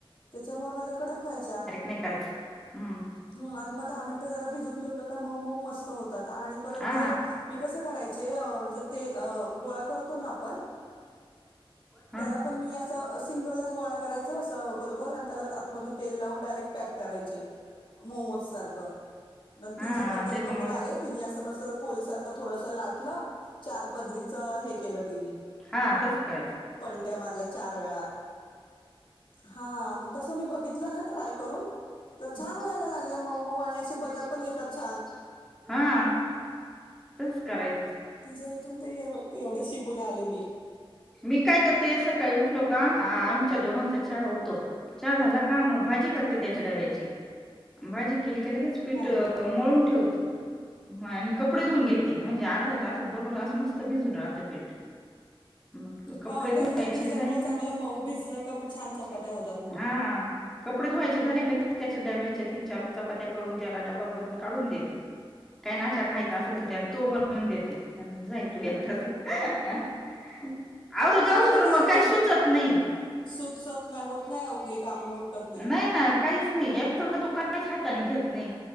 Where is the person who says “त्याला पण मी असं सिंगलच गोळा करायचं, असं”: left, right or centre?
Left